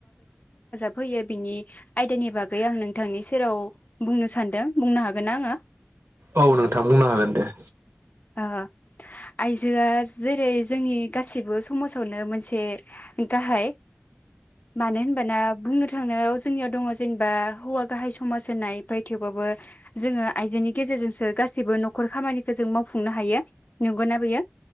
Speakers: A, on the left; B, on the right.
A: फैयो बिनि आयदानि बागै आं नोंथांनि सेराव बुंनो सानदों बुंनो हागोन न आङो?
B: औ नोंथां बुंनो हागोन दे।
A: ओ आइजोआ जेरै जोंनि गासैबो समाजावनो मोनसे गाहाय मानो होनबाना बुंनो थांनायाव जोंनियाव दङ जेनेबा हौवा गाहाय समाज होननाय फाय थेवबाबो जोङो आइजोनि गेजेरजोंसो गाैबो न'खर खामानिखौ जों माव फुंनो हायो नंगोना बेयो?